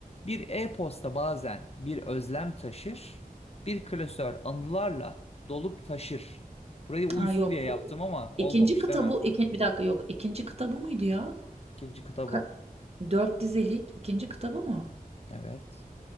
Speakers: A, on the left (about 45°); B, on the right (about 45°).
A: Bir e-posta bazen bir özlem taşır. Bir klasör anılarla dolup taşır. Burayı uysun
B: Ha yok.
A: diye yaptım
B: bu-
A: ama olmamış
B: İkinci kitabı
A: değil mi?
B: iki, bir dakika yok. İkinci kitabı mıydı ya?
A: İkinci kitabı.
B: Ka- Dört dizelik ikinci kitabı mı?
A: Evet.